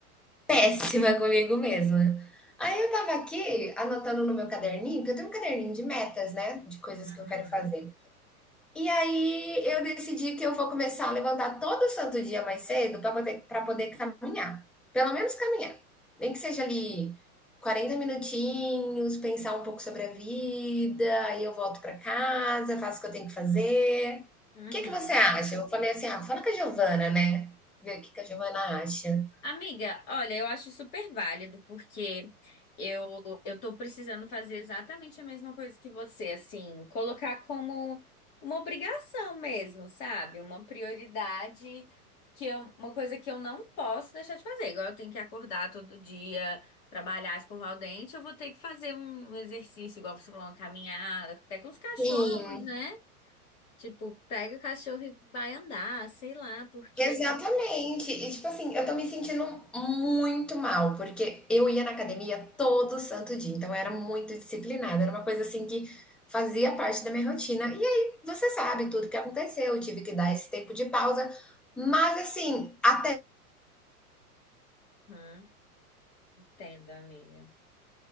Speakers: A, in the centre; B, on the left.
A: Péssima comigo mesma. Aí eu estava aqui anotando no meu caderninho, que eu tenho um caderninho de metas, né, de coisas
B: Aham,
A: que eu quero fazer.
B: uhum,
A: E aí eu decidi que eu vou começar a levantar todo santo dia mais cedo para poder, para poder caminhar. Pelo menos caminhar. Nem que seja ali 40 minutinhos, pensar um pouco sobre a vida, aí eu volto para casa, faço o que eu tenho que fazer.
B: uhum.
A: O que que você acha? Eu falei assim: ah, fala com a Giovana, né? Ver o que que a Giovana acha.
B: Amiga, olha, eu acho super válido, porque eu, eu tô precisando fazer exatamente a mesma coisa que você, assim, colocar como uma obrigação mesmo, sabe? Uma prioridade, que eu, uma coisa que eu não posso deixar de fazer. Igual eu tenho que acordar todo dia, trabalhar, escovar o dente, eu vou ter que fazer um exercício, igual você falou, uma caminhada, até com os cachorros,
A: Sim,
B: né? Tipo, pega o cachorro e vai andar, sei lá, porque.
A: Exatamente. E tipo assim, eu tô me sentindo muito mal, porque eu ia na academia todo santo dia, então eu era muito disciplinada, era uma coisa assim que fazia parte da minha rotina. E aí, você sabe tudo que aconteceu, eu tive que dar esse tempo de pausa, mas assim, até
B: Uhum, entendo, amiga.